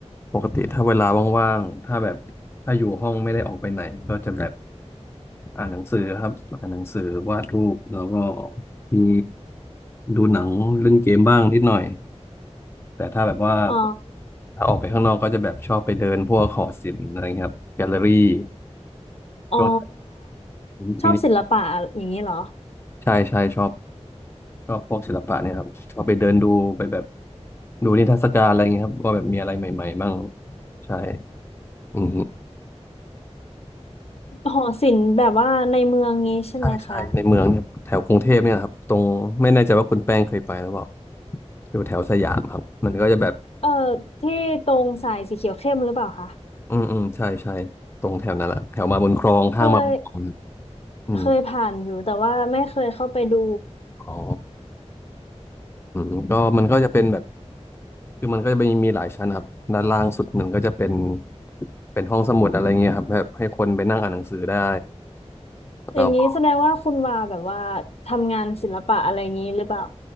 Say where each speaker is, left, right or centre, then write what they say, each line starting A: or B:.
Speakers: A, on the left; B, on the left.
A: ปกติถ้าเวลาว่างๆ ถ้าแบบ ถ้าอยู่ห้องไม่ได้ออกไปไหนก็จะแบบ อ่านหนังสือครับอ่านหนังสือวาดรูปแล้วก็มีดูหนังเล่นเกมบ้างนิดหน่อยแต่ถ้าแบบว่า
B: อ๋อ
A: ถ้าออกไปข้างนอกก็จะแบบชอบไปเดินพวกหอศิลป์อะไรเงี้ยครับแกลเลอรี่
B: อ๋อ
A: ช่วงมินิ
B: ชอบศิลปะอย่างนี้เหรอ
A: ใช่ใช่ชอบชอบพวกศิลปะเนี่ยครับชอบไปเดินดูไปแบบดูนิทรรศการอะไรเงี้ยครับว่าแบบมีอะไรใหม่ๆบ้างใช่อืม
B: หอศิลป์แบบว่าในเมืองนี้ใช่ไหมคะ
A: ใช่ใช่ในเมืองเนี่ยแถวกรุงเทพเนี่ยนะครับตรงไม่แน่ใจว่าคุณแป้งเคยไปหรือเปล่าอยู่แถวสยามครับมันก็จะแบบ
B: เออที่ตรงสายสีเขียวเข้มหรือเปล่าคะ
A: อืมอืมใช่ใช่ตรงแถวนั้นแหละแถวมาบุญครองห้างมาบุญครองครับ
B: เคย
A: อืม
B: เคยผ่านอยู่แต่ว่าไม่เคยเข้าไปดู
A: อ๋ออืมก็มันก็จะเป็นแบบคือมันก็จะมีหลายชั้นครับด้านล่างสุดหนึ่งก็จะเป็นเป็นห้องสมุดอะไรเงี้ยครับแบบให้คนไปนั่งอ่านหนังสือได้แล้วก็
B: อย่างนี้แสดงว่าคุณวาแบบว่าทำงานศิลปะอะไรอย่างนี้หรือเปล่า